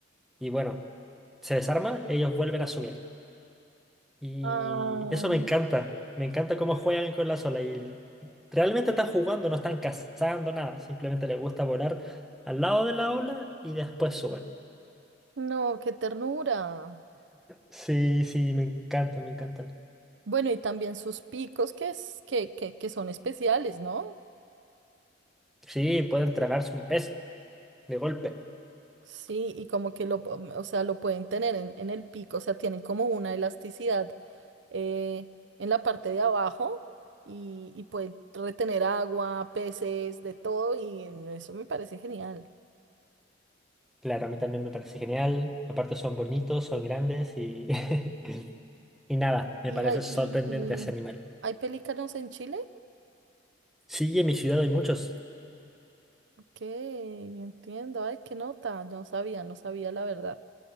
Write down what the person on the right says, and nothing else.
Ay,
no, qué ternura.
Bueno, y también sus picos que, es, que, que, que son especiales, ¿no?
Sí, y como que lo, po- o sea, lo pueden tener en, en el pico, o sea, tienen como una elasticidad eh, en la parte de abajo y, y pueden retener agua, peces, de todo, y eso me parece genial.
Y
hay,
y, y
hay pelícanos en Chile,
que entiendo, ay, qué nota, no sabía, no sabía la verdad.